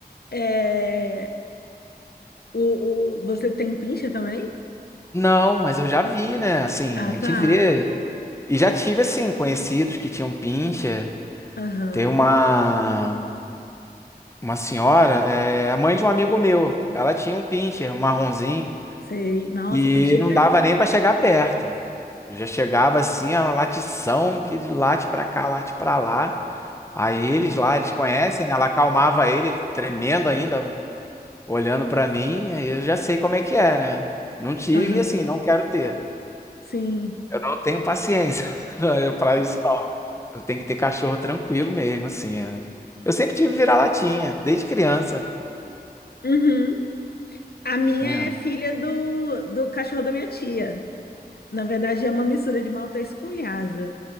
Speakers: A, on the left (about 70°); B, on the left (about 15°).
A: é, o, o, você tem pincha também?
B: Não, mas eu já vi, né, assim,
A: Ah,
B: a gente
A: tá.
B: vê. E já tive, assim, conhecidos que tinham pincha.
A: Aham.
B: Tem uma, uma senhora, é, a mãe de um amigo meu, ela tinha um pincher, um marronzinho,
A: Sei. Nossa,
B: e
A: pincha é
B: não
A: tenso.
B: dava nem pra chegar perto. Eu já chegava, assim, a uma latição que late pra cá, late pra lá. Aí eles lá, eles conhecem, né? Ela acalmava ele, ele tremendo ainda, Olhando pra mim, aí eu já sei como é que é, né. Não tive
A: Aham.
B: e, assim, não quero ter.
A: Sim.
B: Eu não tenho paciência <laughs> pra isso não. Eu tenho que ter cachorro tranquilo mesmo, assim, é. Eu sempre tive vira-latinha, desde criança.
A: Uhum. A minha
B: Tinha.
A: é filha do, do cachorro da minha tia. Na verdade, é uma mistura de Maltês com Lhasa.